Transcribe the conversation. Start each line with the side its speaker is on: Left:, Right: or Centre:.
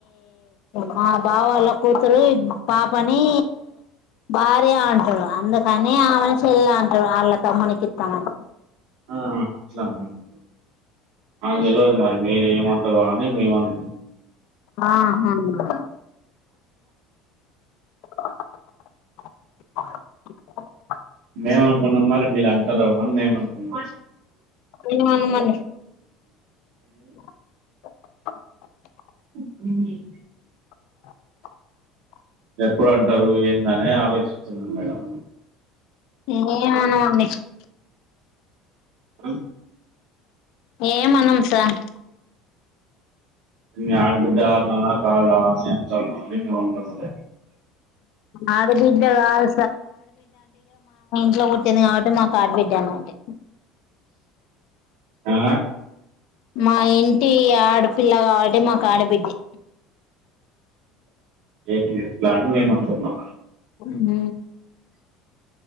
Left: మా బావో వాళ్ళ కూతురు పాపని భార్య అంటాడు అందుకని ఆమెను చెలై అంటారు ఆళ్ళ తమ్ముని ఇత్తామని. కత్తాంమని
Right: ఆ అట్లాన మాకు తెలవదు మరి మీరు ఏమంటరా అని మేమేం అనుకున్నాం
Left: ఆ అవునా <unintelligible>
Right: మేము అనుకున్నాం మరి మీర్ సరే ముందేమనుకున్న
Left: ఈన్నే ఉండమను <unintelligible>
Right: అ <inaudible>
Left: <unintelligible>
Right: ఎప్పుడు అంటారు ఏందనే ఆలోచిస్తున్నామ్ మేడం
Left: ఏ అవునవును నెక్స్ట్
Right: వన్
Left: ఏమ్ ఆనం సార్
Right: మీ ఆడబిడ్డ కాదా అని మేము అంటున్నాం
Left: ఆడబిడ్డ కాదు ఇట్ల పుట్టింది కాబట్టి మాకు ఆడబిడ్డానమాటే
Right: ఆ
Left: మా ఇంటి ఆడపిల్ల కాబట్టి మా కాడ బిడ్డే
Right: రేపు మీరూ ప్లాన్ చేయ మంటున్నాం
Left: హుమ్